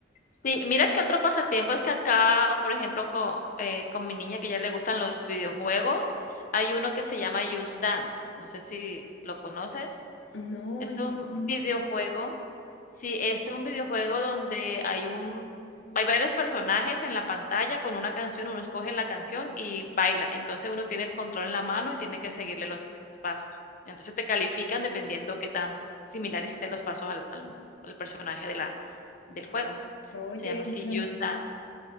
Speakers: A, on the left; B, on the left.
A: Sí, mira que otro pasatiempo es que acá, por ejemplo, co- eh, con, mi niña que ya le gustan los videojuegos, hay uno que se llama Just Dance. No sé si lo conoces.
B: No,
A: Es
B: no
A: un
B: lo conozco.
A: videojuego. Sí, es un videojuego donde hay un, hay varios personajes en la pantalla con una canción, uno escoge la canción y baila. Entonces uno tiene el control en la mano y tiene que seguirle los pasos. Entonces te califican dependiendo qué tan similar hiciste los pasos al, al al personaje de la, del juego.
B: Oye,
A: Se llama así,
B: eso suena,
A: Just Dance,